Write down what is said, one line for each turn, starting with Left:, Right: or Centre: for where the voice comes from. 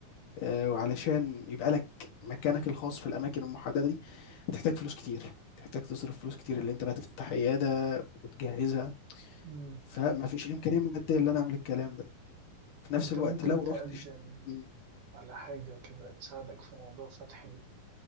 Left: آآ، وعلشان يبقى لك مكانك الخاص في الأماكن المحددة دي، هتحتاج فلوس كتير، هتحتاج تصرف فلوس كتير، اللي أنت بقى تفتح عيادة وتجهّزها،
Right: مم.
Left: فما فيش الإمكانية المادية اللي أنا أعمل الكلام ده، في
Right: أنت
Left: نفس الوقت
Right: ممكن
Left: لو
Right: تقدم
Left: رُحت اش إمم،
Right: على حاجة كده تساعدك في موضوع فتح